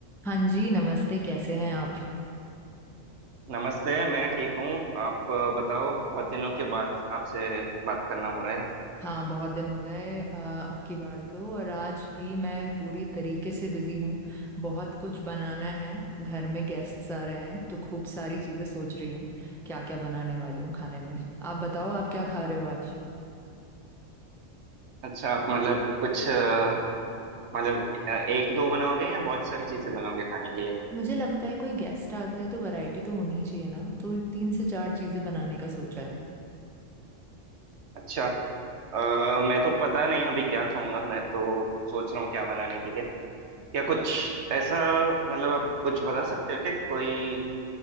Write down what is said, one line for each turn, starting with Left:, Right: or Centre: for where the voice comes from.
Centre: हाँ जी नमस्ते कैसे हैं आप
Right: नमस्ते मैं ठीक हूँ आप अ, बताओ बहुत दिनों के बाद आपसे बात करना हो रहा है
Centre: हाँ बहुत दिन हो गए अ, अब की बार तो और आज भी मैं पूरी तरीके से बिजी हूँ बहुत कुछ बनाना है घर में गेस्ट्स आ रहे हैं तो खूब सारी चीज़ें सोच रही हूँ क्या क्या बनाने वाली हूँ खाने में आप बताओ आप क्या खा रहे हो आज
Right: अच्छा आप मतलब कुछ अ, मतलब अ, एक दो बनाओगे या बहुत सारी चीजें बनाओगे खाने के लिए
Centre: मुझे लगता है कोई गेस्ट आता है तो वैरायटी तो होनी ही चाहिए ना तो तीन से चार चीज़ें बनाने का सोचा
Right: अच्छा अ, मैं तो पता नहीं अभी क्या खाऊंगा मैं तो सोच रहा हूँ क्या बनाने के लिए क्या कुछ ऐसा मतलब आप कुछ बता सकते हो क्या कि कोई